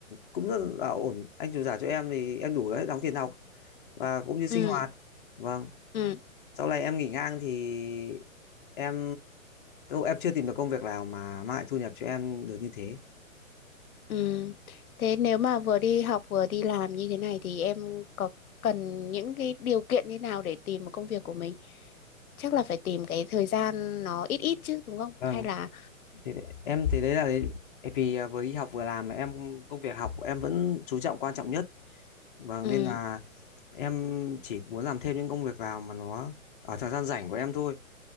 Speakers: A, on the left; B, on the left.
A: cũng rất là ổn anh chủ giả cho em thì em đủ đấy đóng tiền học và cũng như sinh
B: ừ
A: hoạt vâng
B: ừ
A: sau này em nghỉ ngang thì em em chưa tìm được công việc nào mà mang lại thu nhập cho em được như thế
B: Ừ. Thế nếu mà vừa đi học vừa đi làm như thế này thì em có cần những cái điều kiện như nào để tìm một công việc của mình? Chắc là phải tìm cái thời gian nó ít ít chứ đúng không?
A: Vâng,
B: Hay là
A: thì đấy- em thì đấy là đấy vì à, vừa đi học vừa làm mà em công việc học của em vẫn chú trọng quan trọng nhất. Vâng
B: ừ
A: nên là em chỉ muốn làm thêm những công việc nào mà nó ở thời gian rảnh của em thôi.